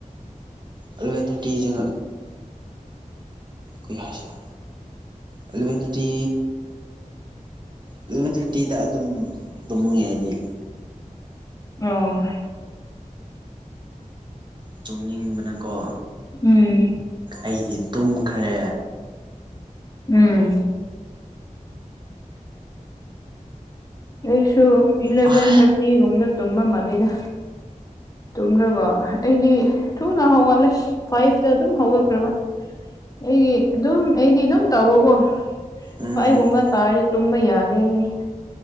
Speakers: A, on the right (about 35°); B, on the left (about 25°).
A: ꯏꯂꯦꯚꯦꯟ ꯊꯥꯔꯇꯤ ꯀꯩꯍꯥꯏꯁꯤꯔꯥ꯫ ꯑꯦꯂꯚꯦꯟ ꯊꯔꯇꯤ ꯑꯦꯂꯚꯦꯟ ꯊꯥꯔꯇꯤꯗ ꯑꯗꯨꯝ ꯇꯝꯉꯦ ꯑꯩꯗꯤ
B: ꯑ
A: ꯇꯨꯝꯅꯤꯡꯕꯅꯀꯣ
B: ꯎꯝ
A: ꯑꯩꯗꯤ ꯇꯨꯝꯈ꯭ꯔꯦ
B: ꯎꯝ ꯑꯩꯁꯨ ꯏꯂꯚꯦꯟ
A: ꯑꯣ
B: ꯊꯥꯔꯇꯤꯒꯨꯝꯗ ꯇꯨꯝꯕꯥ ꯃꯥꯜꯂꯤꯗ ꯇꯨꯝꯈ꯭ꯔꯕꯣ ꯑꯩꯗꯤ ꯊꯨꯅ ꯍꯧꯒꯠꯂꯦ ꯐ꯭ꯋꯥꯥꯏꯚꯇ ꯑꯗꯨꯝ ꯍꯧꯒꯠꯈ꯭ꯔꯕ ꯑꯩꯒꯤ ꯑꯗꯨꯝ ꯑꯩꯒꯤ ꯑꯗꯨꯝ ꯇꯧꯕꯀꯣ
A: ꯎꯝ
B: ꯐꯥꯏꯒꯨꯝꯕ ꯇꯥꯔꯤ ꯇꯨꯝꯕ ꯌꯥꯗꯦ ꯑꯩꯗꯤ